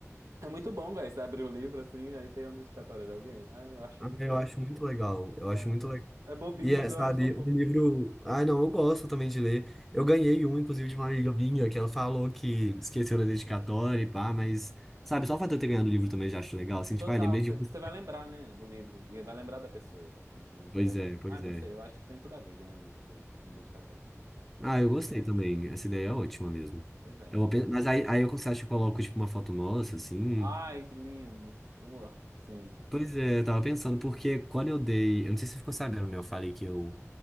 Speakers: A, on the right; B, in the centre.
A: é muito bom, velho, você abrir o livro assim, aí tem uma dedicatória de alguém. Ai, eu acho
B: Ah,
A: muito
B: eu
A: legal.
B: acho muito legal. Eu
A: Ah,
B: acho muito legal.
A: É é bobinho,
B: E
A: mas
B: é, sabe,
A: eu acho tão bom.
B: um livro. Ai, não, eu gosto também de ler. Eu ganhei um, inclusive, de uma amiga minha, que ela falou que esqueceu da dedicatória e pá, mas, sabe, só o fato de eu ter ganhado o livro também já acho legal. Assim, tipo,
A: Total,
B: ai, lembrei
A: cê-
B: de você.
A: que você vai lembrar, né, do livro, e vai lembrar da pessoa. Tipo, você
B: Pois
A: vai.
B: é, pois
A: Ah, não
B: é.
A: sei, eu acho que tem tudo a ver ganhar livro com dedicatória.
B: Ah,
A: É,
B: eu gostei também. Essa ideia é ótima mesmo.
A: pois é.
B: Eu vou pen- mas aí, aí eu, você acha que eu coloco, tipo, uma foto nossa, assim?
A: Ai, que lindo! Porra, sim.
B: Pois é, eu tava pensando, porque quando eu dei. Eu não sei se você ficou sabendo, né? Eu falei que eu